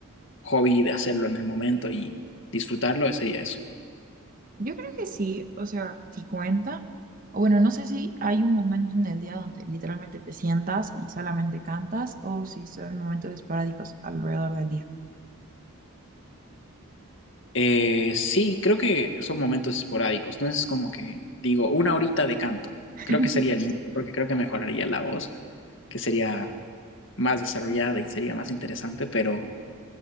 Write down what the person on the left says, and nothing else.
hobby de hacerlo en el momento y disfrutarlo sería eso.
Eh, sí, creo que son momentos esporádicos, no es como que digo una horita de canto,
creo que sería lindo porque creo que mejoraría la voz, que sería más desarrollada y sería más interesante, pero